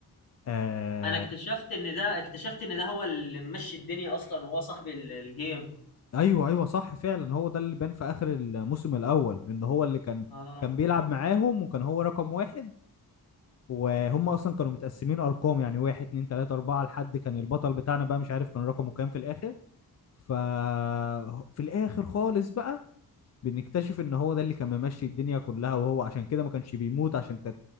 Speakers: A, on the left; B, on the left.
A: آه
B: انا اكتشفت ان ده اكتشفت ان ده هو اللي ممشي الدنيا اصلا وهو صاحب ال- الجيم
A: ايوه ايوه صح فعلا هو ده اللي بان في اخر الموسم الاول لان هو اللي كان
B: اه
A: كان بيلعب معاهم وكان هو رقم واحد وهم اصلا كانوا متقسمين ارقام يعني واحد اتنين تلاته اربعه لحد كان البطل بتاعنا بقى مش عارف كان رقمه كام في الاخر ففي الاخر خالص بقى بنكتشف ان هو ده اللي كان ممشي الدنيا كلها وهو عشان كده ما كانش بيموت عشان كانت